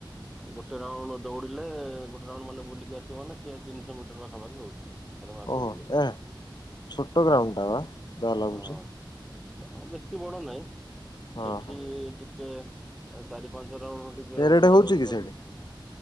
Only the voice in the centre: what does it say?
ଗୋଟେ ରାଉଣ୍ଡୁ ଦୌଡିଲେ ଗୋଟେ ରାଉଣ୍ଡୁ ମନେ ବୁଲିକି ଆସିବ ମାନେ ସେ ତିନିଶହ ମିଟର ପାଖାପାଖି ହୋଉଚି। ଥରେ ମାପି
ଥିଲି
ହଁ। ହଁ ବେଶୀ ବଡ ନାହିଁ ସେଠି
ଟିକେ ଚାରି ଏ ପାଞ୍ଚ ରାଉଣ୍ଡୁ ଟିକେ
ଦୌଡ଼ା
ଦୌଡ଼ି
କରିଦେ